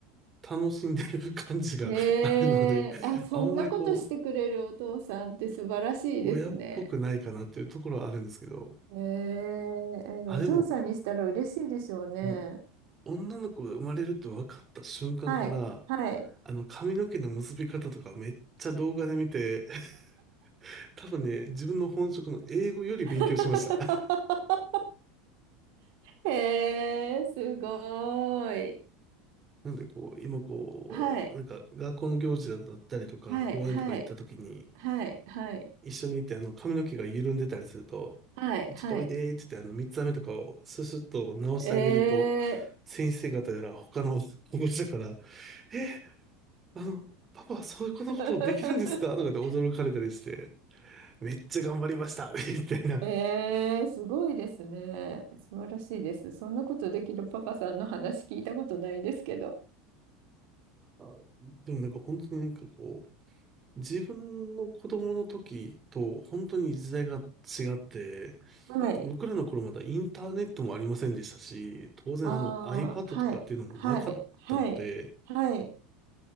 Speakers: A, on the right; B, on the right.
A: 楽しんでる感じがあるので、
B: ええあ、そんなことしてくれるお父さんって素晴らしいですね。
A: あんまりこ親っぽくないかなっていうところはあるんですけど、
B: ええええお嬢さんにしたら嬉しいでしょうね。
A: あ、でも、もう、女の子が生まれるって分かった瞬間から、
B: はい、はい。
A: あの、髪の毛の結び方とかめっちゃ動画で見て、<laughs> 多分ね、自分の本職の英語より勉強しました。
B: <laughs>
A: <laughs>
B: ええすごい。
A: なんで、こう、今こう、
B: はい、
A: なんか、学校の行事だったりとか、
B: はい、
A: 公園とか行った時に、
B: はい、はい、はい、
A: 一緒に行って、あの、髪の毛が緩んでたりすると、
B: はい、はい。
A: ちょっとおいでーって言って、あの、三つ編みとかをススッと直してあげると、
B: ええ
A: 先生方やら他の保護者から、えーあの、パパ、そういうことことできるんですかとかで驚かれたりして、
B: <laughs>
A: めっちゃ頑張りました <laughs> みたいな。
B: えー、すごいですね。素晴らしいです。そんなことできるパパさんの話聞いたことないですけど。
A: あでもなんか本当になんかこう、自分の子供の時と本当に時代が違って、
B: はい。
A: 僕らの頃まだインターネットもありませんでしたし、当然あの
B: ああ、
A: iPad
B: はい。
A: とかっていうのもなかったので、
B: はい。はい。はい。